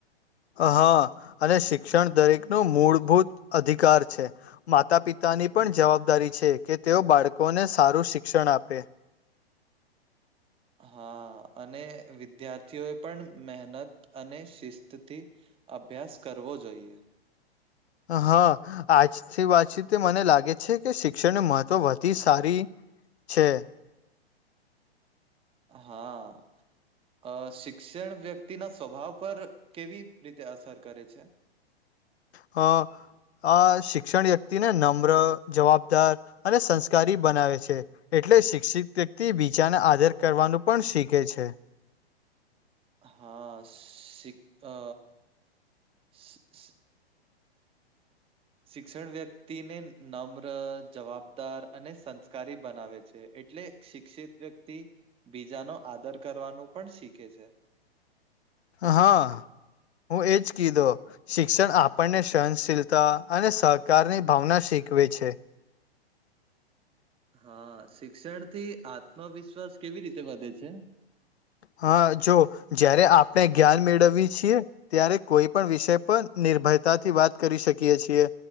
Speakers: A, on the left; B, on the right.
A: હા અને શિક્ષણ દરેકનો મૂળભૂત અધિકાર છે. માતા પિતાની પણ જવાબદારી છે, કે તેઓ બાળકોને સારું શિક્ષણ આપે
B: હા અને વિદ્યાર્થીઓએ પણ મહેનત અને શિસ્તથી અભ્યાસ કરવો જોઈએ.
A: હા આજથી વાતચીત મને લાગે છે, કે શિક્ષણનું મહત્વ વધી સારી છે.
B: હા. અ શિક્ષણ વ્યક્તિના સ્વભાવ પર કેવી રીતે અસર કરે છે.
A: હ. અ શિક્ષણ વ્યક્તિને નમ્ર, જવાબદાર અને સંસ્કારી બનાવે છે. એટલે શિક્ષિત વ્યક્તિ બીજાને આદર કરવાનું પણ શીખે છે.
B: હા શી અ <unintelligible> શિક્ષણ વ્યક્તિને નમ્ર, જવાબદાર અને સંસ્કારી બનાવે છે, એટલે શિક્ષિત વ્યક્તિ બીજાનો આદર કરવાનું પણ શીખે છે.
A: હા હું એજ કીધો શિક્ષણ આપણને સહનશીલતા અને સહકારની ભાવના શીખવે છે.
B: હા શિક્ષણથી આત્મવિશ્વાસ કેવી રીતે વધે છે?
A: હા જો જયારે આપણે જ્ઞાન મેળવી છીએ ત્યારે કોઈ પણ વિષય પર નિર્ભયતાથી વાત કરી શકીએ છીએ.